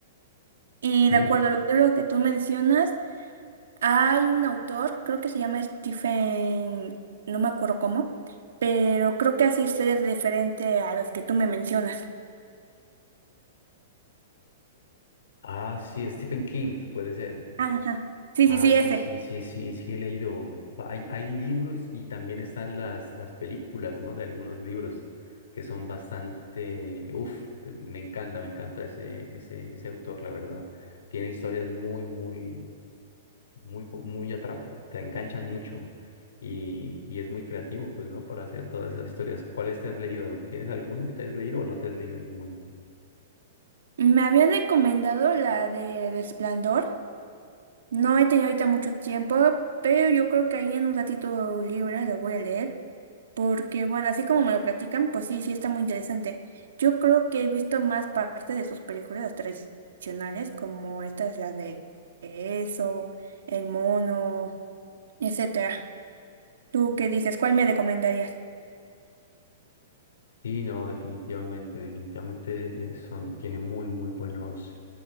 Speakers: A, on the right; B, on the left.
A: Y
B: Sí.
A: de acuerdo a los libros que tú mencionas, hay un autor, creo que se llama Stephen, no me acuerdo cómo, pero creo que hace historias diferentes a las que tú me mencionas.
B: Ah, sí, Stephen King, puede ser.
A: Ajá. Sí,
B: Ah,
A: sí, sí,
B: sí,
A: ese.
B: sí, sí, sí, sí he leído. Va- Hay, hay libros y también están las, las películas, ¿no? De algunos libros que son bastante, uf, eh, me encanta, me encanta ese, ese, ese autor, la verdad. Tiene historias muy, muy, muy, bu- muy atrap, te enganchan mucho y, y es muy creativo, pues, ¿no? Para hacer todas esas historias. ¿Cuáles te has leído? ¿Tienes alguno que te has leído o no te has leído ninguno?
A: Me habían recomendado la de El Esplendor, No he tenido ahorita mucho tiempo, pero yo creo que ahí en un ratito libre lo voy a leer, porque bueno, así como me lo platican, pues sí, sí está muy interesante. Yo creo que he visto más parte de sus películas tradicionales, como esta es la de Eso, El Mono, etcétera. ¿Tú qué dices? ¿Cuál me recomendarías?
B: Sí, no, definitivamente, definitivamente eh, son, tiene muy, muy buenos.